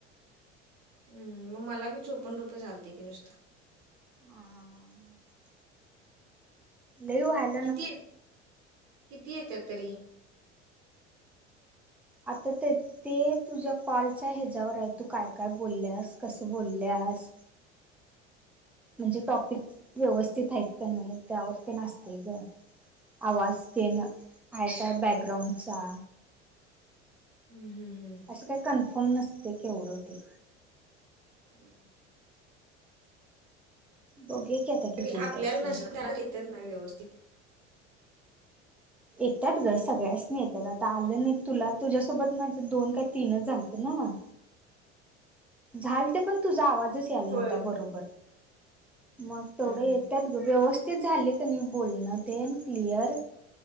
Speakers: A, on the right (about 50°); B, in the centre.
A: हम्म, मग मला बी चोपन रुपये चालते की नुसत.
B: ह ल‌ई व्हयला
A: किती, किती येत्यात तरी.
B: आता तेच ते तुझ्या कॉलच्या हच्या्यावर आहे. तू काय काय बोलल्यास. कस बोलल्यास.
A: <inaudible>
B: म्हणजे टॉपिक व्यवस्थित आहेत का नाही. त्यावर तेन असतय ग. आवाज तेन आहे काय बॅकग्राऊंडचा.
A: हम्म हम्म हम्म
B: अस काही कन्फर्म नसते केवढ ते.
A: <inaudible>
B: बघुया की आता. किती
A: तरी
B: येतात
A: आपल्याला
B: ते
A: नस त्यांना देत्यात ना व्यवस्थित.
B: येतात ग सगळ्यासनी येतात. आता आल नाही तुला तुझ्यासोबत माझ दोन काही तीनच झालत ना म. झालते पण तुझा आवाजच याला
A: होय.
B: नव्हता बरोबर. मग तेवढ
A: हम्म.
B: येत्यात ग. व्यवस्थित झाले. नी बोलण तेन क्लिअर.